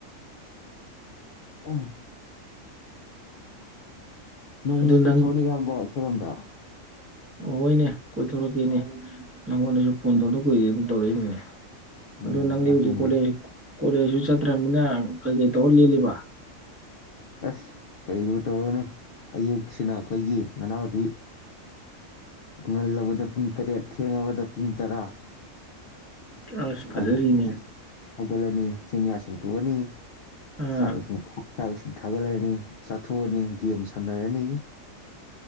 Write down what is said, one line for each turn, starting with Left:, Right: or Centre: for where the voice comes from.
Left: ꯎ ꯅꯣꯡꯃ
Right: ꯑꯗꯨ ꯅꯪ
Left: ꯀꯣꯏꯊꯣꯔꯑꯅꯤ ꯌꯥꯝꯕꯣ ꯑꯩꯈꯣꯏꯔꯣꯝꯗ
Right: ꯍꯣꯏꯅꯦ ꯀꯣꯏꯊꯣꯔꯛꯀꯦꯅꯦ ꯅꯪꯉꯣꯟꯗꯁꯨ ꯐꯣꯟ ꯊꯣꯛꯧꯗ ꯀꯨꯏꯔꯦꯅ ꯇꯧꯔꯛꯏꯗꯨꯅꯦ ꯑꯗꯨ
Left: ꯎꯝ
Right: ꯑꯗꯨꯣ ꯅꯪꯂꯤ
Left: ꯑꯗꯨꯅꯤ
Right: ꯍꯧꯖꯤ ꯀꯣꯂ ꯀꯣꯂꯦꯖꯁꯨ ꯆꯠꯇ꯭ꯔꯅꯤꯅ ꯀꯩ ꯀꯩ ꯇꯧꯔ ꯂꯦꯜꯂꯤꯕ
Left: ꯑꯦꯁ ꯀꯩꯕꯨꯨ ꯇꯧꯅꯤ ꯑꯌꯨꯛꯁꯤꯅ ꯑꯩꯈꯣꯏꯒꯤ ꯅꯅꯥꯎꯗꯤ ꯉꯜꯂꯕꯗ ꯄꯨꯡ ꯇꯔꯦꯠ ꯊꯦꯡꯡꯂꯕꯗ ꯄꯨꯡ ꯇꯔꯥ
Right: ꯑꯁ
Left: ꯍ
Right: ꯐꯖꯔꯤꯅꯦ
Left: ꯍꯥꯎ ꯍꯧꯒꯂꯅꯤ ꯆꯅꯤꯌꯥꯁ ꯣꯅꯤ
Right: ꯑꯥ
Left: ꯆꯥꯛ ꯏ ꯆꯥꯛ ꯏꯁꯤꯡ ꯊꯥꯒꯠꯂꯅꯤ ꯆꯥꯊꯣꯛꯑꯅꯤ ꯒꯦꯝ ꯁꯥꯟꯅꯔꯅꯤ